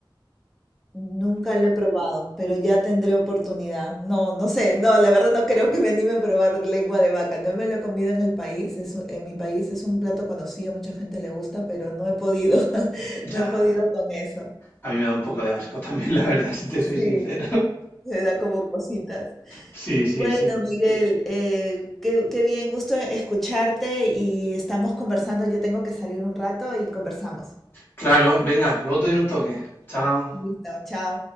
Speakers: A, in the centre; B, on the left.
A: Nunca lo he probado, pero ya tendré oportunidad. No, no sé, no, la verdad no creo que me anime a probar lengua de vaca. No me lo he comido en el país, es, un- en mi país es un plato conocido, mucha gente le gusta, pero no he podido, <laughs>
B: Ya,
A: no he podido con eso.
B: a mí me da un poco de asco también, <laughs> la verdad, si te
A: Sí,
B: soy sincero. <laughs>
A: se da como cositas.
B: Sí, sí,
A: Bueno,
B: sí.
A: Miguel, eh, qué, qué bien, gusto escucharte y estamos conversando. Yo tengo que salir un rato y conversamos.
B: Claro, venga, luego te doy un toque. Chao.
A: Listo, chao.